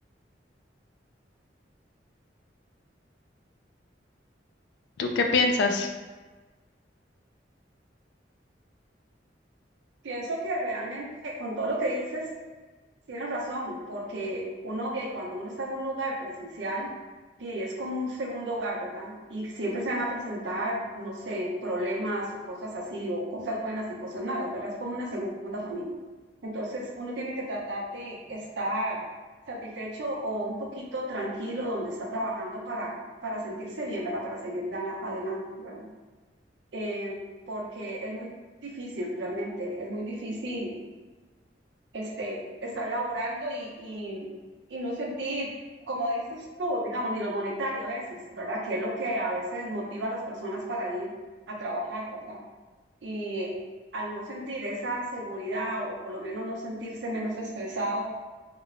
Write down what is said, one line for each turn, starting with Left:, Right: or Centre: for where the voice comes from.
Left: ¿Tú qué piensas?
Right: Pienso que realmente con todo lo que dices, Tienes razón, porque uno, ve, y cuando uno está en un lugar presencial, ve, y es como un segundo hogar, ¿verdad? Y siempre se van a presentar, no sé, problemas o cosas así, o cosas buenas y cosas malas, ¿verdad? Es como una segunda familia. Entonces, uno tiene que tratar de estar satisfecho o un poquito tranquilo donde está trabajando para, para sentirse bien, ¿verdad? Para seguir dala- adelante, ¿verdad? Eh, porque es muy difícil, realmente, es muy difícil este, estar laborando y, y, y no sentir, como dices tú, digamos, ni lo monetario a veces, ¿verdad? Que es lo que a veces motiva a las personas para ir a trabajar, ¿verdad? Y al no sentir esa seguridad o por lo menos no sentirse menos estresado,